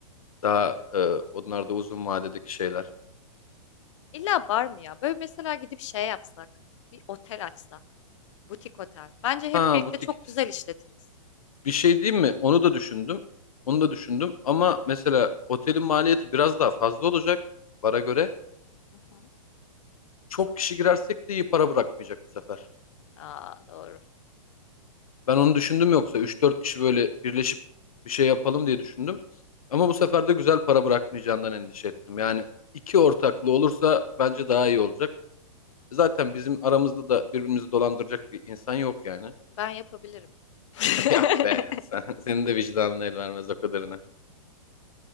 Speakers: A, on the left; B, on the left.
A: Daha
B: Tabii.
A: e, onlar da uzun vadedeki şeyler.
B: İlla bar mı ya? Böyle mesela gidip şey yapsak, bir otel açsak, butik otel. Bence hep
A: Ha
B: birlikte
A: butik
B: çok güzel işletiriz.
A: bir şey değil mi? Onu da düşündüm. Onu da düşündüm ama mesela otelin maliyeti biraz daha fazla olacak. Para göre.
B: Hı hı.
A: çok kişi girersek de iyi para bırakmayacak bu sefer.
B: Aa, doğru.
A: Ben onu
B: Doğru.
A: düşündüm yoksa üç dört kişi böyle birleşip bir şey yapalım diye düşündüm. Ama bu sefer de güzel para bırakmayacağından endişe ettim. Yani iki ortaklı olursa bence daha iyi olacak. Zaten bizim aramızda da birbirimizi dolandıracak bir insan yok yani.
B: Ben yapabilirim. <laughs>
A: <laughs> Yok be, sen, senin de vicdanın el vermez o kadarına.